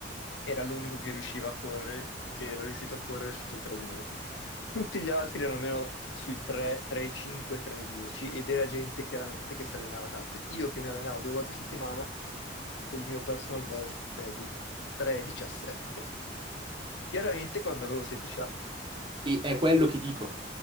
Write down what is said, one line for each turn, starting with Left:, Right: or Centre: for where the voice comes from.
Left: era l'unico che riusciva a correre, che era riuscito a correre sotto i tre minuti. Tutti gli altri erano almeno sui 3, 3,5, 3,10 ed era gente chiaramente che si allenava tanto. Io che mi allenavo due volte a settimana, il mio personal best è di 3,17. Chiaramente quando avevo 16 anni.
Right: E è quello che dico.